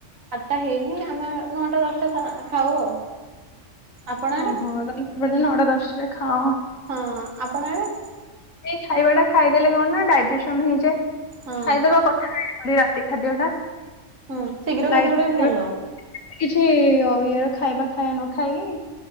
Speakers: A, on the right; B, on the left.
A: ଆଠଟା ହେଇନି ଆମେ ନଅଟା ଦଶଟା ଖାଉ ଆଉ। ଆପଣ ଆଡେ?
B: ଓହୋ ତମେ ସବୁଦିନ ନଅଟା ଦଶଟା ରେ ଖାଅ।
A: ହଁ ଆପଣ ଆଡେ?
B: ଖାଇବା ଟା ଖାଇଦେଲେ କଣ ନା ଡାଇଜେସନ ହେଇଯାଏ
A: ହଁ
B: ଖାଇଦବା କଥାନା। ଖାଲି ରାତି ଖାଦ୍ୟ ଟା।
A: ହୁଁ ଶୀଘ୍ର
B: ଲାଇଟ୍
A: ଖାଇଦେବା ଟା ବି ଭଲ।
B: କିଛି ଇଏର ଖାଇବା ଖାଇବା ନ ଖାଇକି।